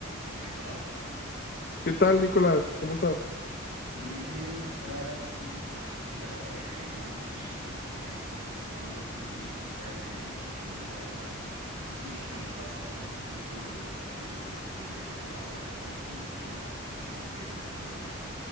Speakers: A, on the right (about 85°); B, on the left (about 45°).
A: Eh, hola,
B: ¿Qué tal, Nicolás? ¿Cómo estás?
A: muy bien acá. Es que, <sighs> mira, acabé de ver una noticia sobre todo este tema de política, de derecho y todo eso, y la verdad me <laughs> surgieron bastantes dudas. Y como yo sé que tú eres abogado, era para ver si me podías resolver una que otra.